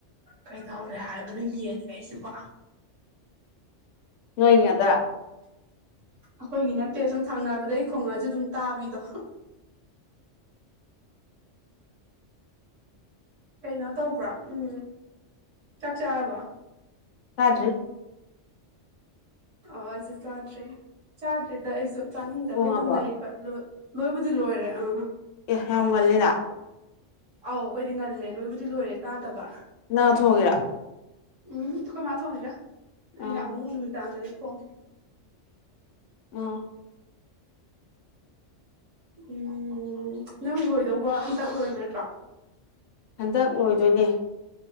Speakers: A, on the right; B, on the left.
A: ꯀꯩꯗꯧꯔꯦ ꯍꯥꯏꯕꯅꯣ ꯌꯦꯡ ꯑꯩꯁꯤꯕꯣ
B: ꯅꯣꯏ ꯇ
A: <inaudible> ꯑꯩꯈꯣꯏꯒꯤ ꯅꯠꯇꯦ ꯁꯨꯝ ꯊꯪꯅꯕꯗ ꯑꯩ ꯈꯣꯡꯉꯛꯑꯁꯨ ꯑꯗꯨꯝ ꯇꯥꯕꯤꯗꯣ
B: ꯑ
A: ꯀꯩꯅꯣ ꯇꯧꯕ꯭ꯔꯥ ꯎꯝ ꯆꯥꯛ ꯆꯥꯔꯕ
B: ꯍꯥꯏꯗ꯭ꯔꯤ
A: ꯑꯣ ꯑꯩꯁꯨ ꯆꯥꯗ꯭ꯔꯦ ꯆꯥꯗ꯭ꯔꯤꯗ ꯑꯩꯁꯨ ꯆꯥꯅꯤꯡꯗꯕꯩ
B: ꯊꯣꯡꯉꯕꯣ
A: ꯑꯗꯨꯝ ꯂꯩꯕ ꯂꯨ ꯂꯣꯏꯕꯨꯗꯤ ꯂꯣꯏꯔꯦ ꯑꯥ
B: ꯑꯦ ꯍ ꯉꯜꯂꯤꯔꯥ
A: ꯑꯧ ꯑꯩꯈꯣꯏꯗꯤ ꯉꯜꯂꯦ ꯂꯣꯏꯕꯨꯗꯤ ꯂꯣꯏꯔꯦ ꯀꯥꯗꯕ
B: ꯅꯪꯅ ꯊꯣꯡꯉꯤꯔꯥ
A: ꯎꯝ ꯀꯃ ꯊꯣꯡꯉꯤꯗ ꯑꯩꯅ
B: ꯑꯥ
A: ꯑꯃꯨꯛ ꯅꯨꯃꯤꯗꯥꯡꯗꯗꯤ ꯊꯣꯡꯉꯤ
B: ꯑ <inaudible>
A: ꯎꯝ ꯅꯪ ꯂꯣꯏꯗꯧꯕ ꯍꯟꯇꯛ ꯂꯣꯏꯔ ꯅꯠꯇ꯭ꯔꯣ
B: ꯍꯟꯗꯛ ꯂꯣꯏꯗꯣꯏꯅꯦ